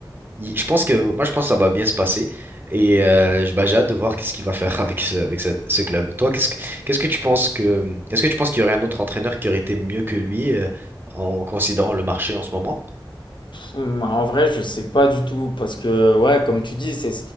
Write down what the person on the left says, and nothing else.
Hum, En vrai, je sais pas du tout, parce que, ouais, comme tu dis, c'est